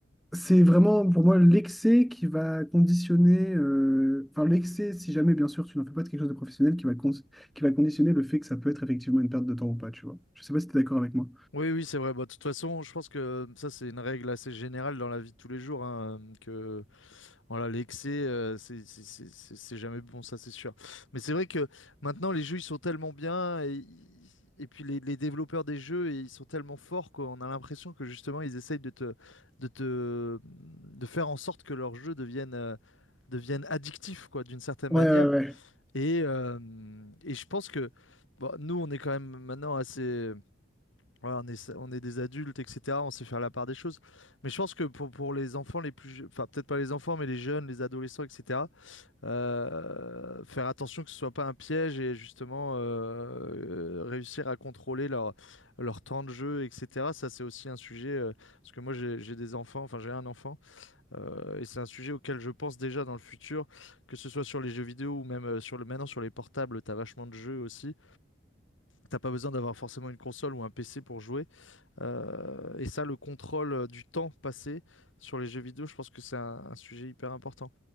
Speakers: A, in the centre; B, on the left.
A: c'est vraiment pour moi l'excès qui va conditionner, euh, enfin l'excès, si jamais bien sûr tu n'en fais pas de quelque chose de professionnel, qui va, con- qui va conditionner le fait que ça peut être effectivement une perte de temps ou pas, tu vois. Je sais pas si tu es d'accord avec moi.
B: Oui, oui, c'est vrai. Bah, de toute façon, je pense que ça, c'est une règle assez générale dans la vie de tous les jours, hein, que Voilà, l'excès, euh, c'est c'est- c'est- c'est- c'est jamais bon, ça c'est sûr. Mais c'est vrai que maintenant les jeux ils sont tellement bien et, et puis les, les développeurs des jeux ils sont tellement forts qu'on a l'impression que justement ils essayent de te, de te, de faire en sorte que leurs jeux deviennent, euh, deviennent addictifs quoi, d'une certaine
A: Ouais,
B: manière.
A: ouais, ouais.
B: Et, euh, et je pense que bon, nous on est quand même maintenant assez Ouais, on est, on est des adultes, etc. On sait faire la part des choses. Mais je pense que pour, pour les enfants les plus... je- Enfin, peut-être pas les enfants, mais les jeunes, les adolescents, etc. euh, faire attention que ce soit pas un piège et justement euh, euh, réussir à contrôler leur, leur temps de jeu, etc. Ça, c'est aussi un sujet... euh, parce que moi, j'ai j'ai des enfants, enfin, j'ai un enfant. euh, et c'est un sujet auquel je pense déjà dans le futur, que ce soit sur les jeux vidéo ou même euh, sur le, maintenant sur les portables, t'as vachement de jeux aussi. T'as pas besoin d'avoir forcément une console ou un PC pour jouer. Euh, et ça, le contrôle euh, du temps passé sur les jeux vidéo, je pense que c'est un, un sujet hyper important.